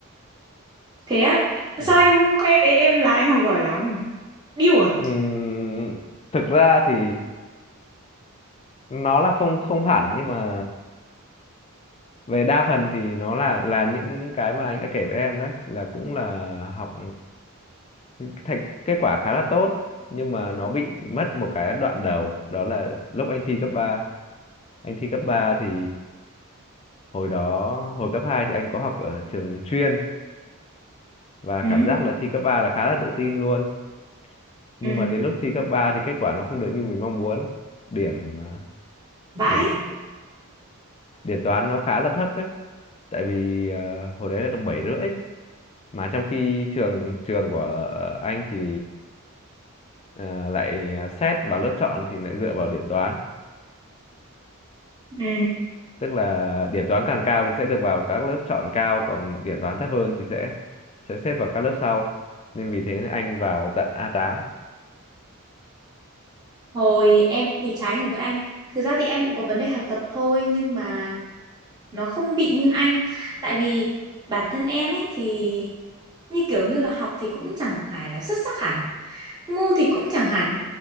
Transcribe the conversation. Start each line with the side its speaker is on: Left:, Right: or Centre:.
Right: Thế á,
Left: Ừ.
Right: sao anh khoe với em là anh học giỏi lắm? Điêu à?
Left: Ừm, thực ra thì nó là không không hẳn nhưng mà về đa phần thì nó là là những cái mà anh đã kể với em đấy là cũng là học cái thành kết quả khá là tốt nhưng mà nó bị mất một cái đoạn đầu đó là lúc anh thi cấp ba anh thi cấp 3 thì hồi đó hồi cấp 2 thì anh có học ở trường chuyên và
Right: Ừ,
Left: cảm giác là thi cấp 3 là khá là tự tin luôn nhưng
Right: ừ,
Left: mà đến lúc thi cấp 3 thì kết quả nó không được như mình mong muốn điểm à,
Right: vãi.
Left: điểm điểm toán nó khá là thấp ấy tại vì à, hồi đấy là được bảy rưỡi mà trong khi trường trường của anh thì ờ, lại xét vào lớp chọn thì lại dựa vào điểm toán
Right: Ừ,
Left: tức là điểm toán càng cao thì sẽ được vào các lớp chọn cao còn điểm toán thấp hơn thì sẽ sẽ xếp vào các lớp sau nên vì thế anh vào tận A8
Right: Hồi em thì trái ngược với anh. Thực ra thì em cũng có vấn đề học tập thôi nhưng mà nó không bị như anh. Tại vì bản thân em ấy thì như kiểu như là học thì cũng chẳng phải là xuất sắc hẳn. Ngu thì cũng chẳng hẳn.